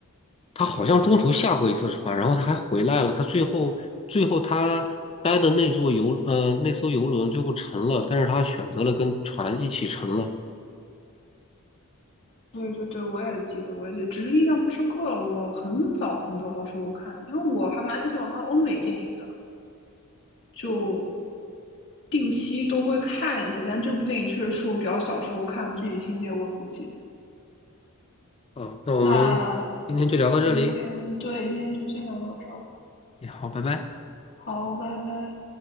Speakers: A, on the left (about 25°); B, on the left (about 55°).
A: 他好像中途下过一次船，然后他还回来了，他最后最后他待的那座游呃那艘游轮最后沉了，但是他选择了跟船一起沉了。
B: 对对对，我也记得，我也记得，只是印象不深刻了。我很早很早的时候看的，因为我还蛮喜欢看欧美电影的，就定期都会看一些。但这部电影确实是我比较小时候看的，具体情节我也不记得。
A: 嗯，那我们今天就聊到这里，
B: 那今天对，今天就先聊到这儿吧。
A: 哎好，拜拜。
B: 好，拜拜。